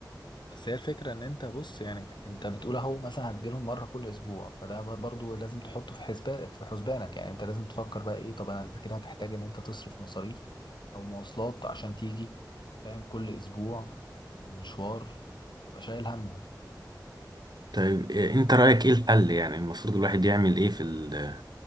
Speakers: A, on the left (about 85°); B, on the right (about 65°).
A: بس هي الفكرة ان انت بص يعني انت بتقول اهو مثلا هتجيلهم مرة كل اسبوع فده برضو لازم تحطه في حسبان في حسبانك يعني انت لازم تفكر بقى ايه طب انا انت كده هتحتاج ان انت تصرف مصاريف او مواصلات عشان تيجي فاهم كل اسبوع ومشوار هتبقى شايل همه
B: طيب إيه- أنت رأيك إيه الحل يعني المفروض الواحد يعمل إيه في ال-